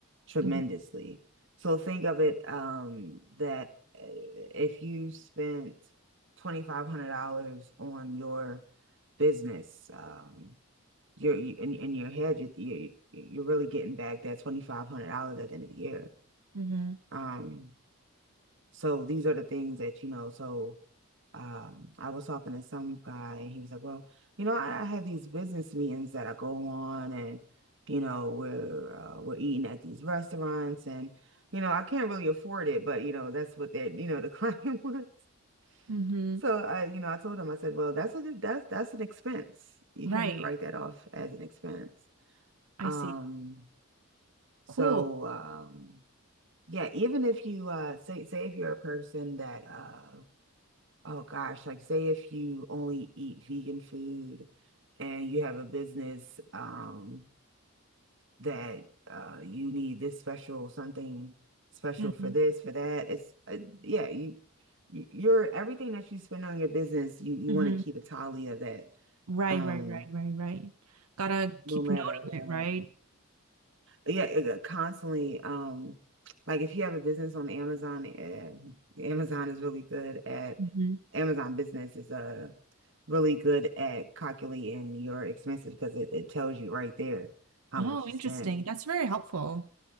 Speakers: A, on the right; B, on the right.
A: tremendously.
B: hmm
A: So think of it um that uh, if you spent $2,500 on your business, um you're you, in, in your head you're, you're you're really getting back that $2,500 at the end of the year.
B: hmm
A: Um so these are the things that, you know, so um I was talking to some guy and he was like, Well, you know, I, I have these business meetings that I go on and you know, we're uh, we're eating at these restaurants and you know, I can't really afford it, but you know, that's what that <laughs> you know, the <laughs> client wants.
B: hmm
A: So I, you know, I told him, I said, Well, that's a that's that's an expense. You
B: Right.
A: can write that off as an expense.
B: I
A: Um,
B: see.
A: so
B: Cool.
A: um yeah, even if you uh say say if you're a person that uh Oh gosh, like say if you only eat vegan food and you have a business um that uh you need this special something special
B: hmm
A: for this for that it's uh, yeah you you your everything that you spend on your business you you
B: hmm
A: want to keep a tally of that
B: Right,
A: um
B: right, right, right, right. Gotta
A: no
B: keep
A: matter
B: note of it, right?
A: yeah, it, uh, constantly. Um, like if you have a business on Amazon, uh, Amazon is really good at
B: hmm
A: Amazon Business is uh really good at calculating your expenses because it, it tells you right there how
B: Oh,
A: much you
B: interesting.
A: spent.
B: That's very helpful.